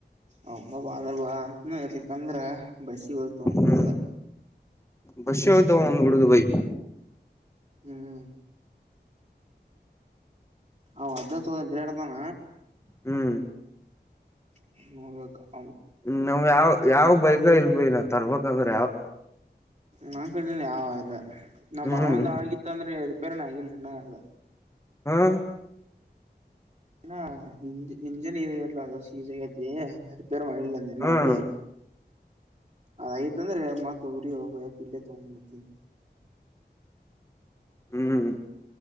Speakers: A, on the right; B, on the left.
A: ಹಂಗ ಬಾಾದ್ರಬಾದ ಇ ಇರ್ಲಿಕ್ಕಂದ್ರ ಬಸಿ ಹ್ ತಂಬರದ
B: ಹ್ಮ್ ಬಸ್ಸಿ ಹೋಗ್ತಾವ ಒಂದ್ ಬೈ
A: ಹ್ಮ್ ಹ ಅಾ ತೋಡ ತಾನ
B: ಹ್ಮ್
A: ಹ
B: ಹ್ಮ ನಾವ್ ಯಾವ್ ಯಾವ್ ಬೈಕ ಇಲ್ಬ ನ ತರ್ಬೇಕಂದ್ರ ಯಾವ
A: ನನ್ ಕಡನ ಯಾವ ಇಲ್ಲ ನಮ್ ಮಾವಂದ
B: ಹ್ಮ್
A: ಆಗಿತ್ತ ಅಂದ್ರೆ ರಿಪೇರ್ನ್ ಆಗಿಲ್ರಿನಾಗ
B: ಹ್ಮ
A: ನಾ ಇಜ ಇಂಜನ್ ಇಜಲ ಅದ ಶ ಇಜ ಅ ೇ ಮಾಡಿಲ್ಲ ನಿನ್ನ
B: ಹ್ಮ್
A: ಅಲ್ಲ ಅ ಆಯ್ತಂದ್ರೆ ಮ ತಗರಿ ಹೋಗಯಾ ಪ ಇಲ್ಲ ತೊಂಡ್ದ
B: ಹ್ಮ್